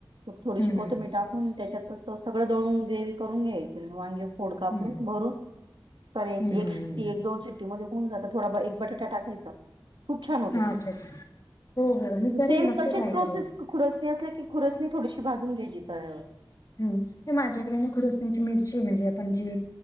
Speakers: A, on the right (about 80°); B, on the left (about 45°).
A: थोडीशी
B: हम्म
A: कोथंबी
B: हम्म
A: टाकून त्याच्यातच त सगळं दळून, ग्रेवी करून घ्यायचं वांगे फोड कापून
B: हम्म
A: भरून करायची
B: हम्म
A: एक
B: हम्म
A: शिट्टी,
B: हम्म
A: एक दोन शिट्टी शिट्टी मध्ये होऊन जातं, थोडा ब एक बटाटा टाकायचा. खूप छान होते,
B: हा अच्छा अच्छा हो हो मी करेन
A: सेम
B: नक्की
A: तशिच
B: ट्राय
A: प्रोसेस
B: करेन
A: खुरसणी असल्या की, खुरसणी थोडीशी भाजून घ्यायची तव्यावर.
B: हम्म, हे माझ्याकडे ना खुरुसणीची मिरची म्हणजे आपण जी